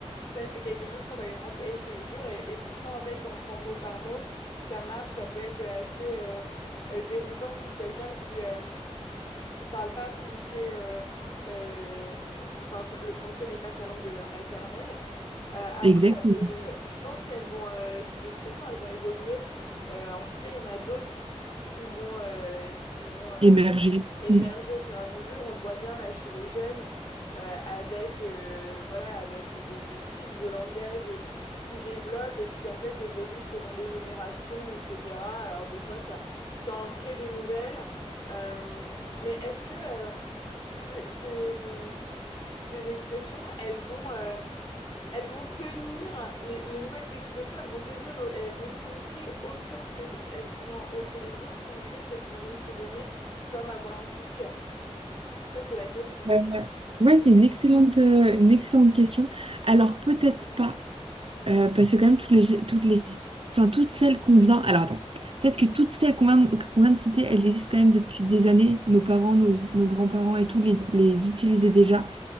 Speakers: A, on the left; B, on the right.
A: Ça, c'est quelque chose qu'on va employer tous les jours et, et pourtant, en fait, quand on prend mot par mot, ça marche, ça peut être assez. euh, euh, déroutant pour quelqu'un qui euh, qui parle pas français. euh, euh, enfin, ça- le français n'est pas sa langue euh, maternelle. Euh, après,
B: Exactement,
A: euh, je pense qu'elles vont, euh, ces expressions, elles vont évoluer. Euh, en tout cas, il y en a d'autres qui vont, euh, qui vont euh,
B: émerger.
A: émerger
B: Mm.
A: au fur et à mesure. On le voit bien là chez les jeunes, euh, avec, euh, voilà, avec des, des tics de langage qui développent et qui en fait évoluent selon les générations, etc. Alors des fois, ça, ça en crée des nouvelles. Euh, mais est-ce que euh, c'est, c'est, hum, ces expressions, elles vont, euh, elles vont tenir, les, les nouvelles expressions, elles vont tenir euh, et elles vont s'ancrer autant que, c- elles sont, en- euh, que les autres sont ancrées, celles qu'on vient de se donner, comme avoir un coup de cœur. Ça, c'est la question.
B: ouais. Ouais, c'est une excellente, euh, une excellente question. Alors peut-être pas. Euh, parce que quand même, toutes les, toutes les, enfin, toutes celles qu'on vient... Alors attends, peut-être que toutes celles qu'on vient, qu'on vient de citer, elles existent quand même depuis des années. Nos parents, nos, nos grands-parents et tout les, les utilisaient déjà.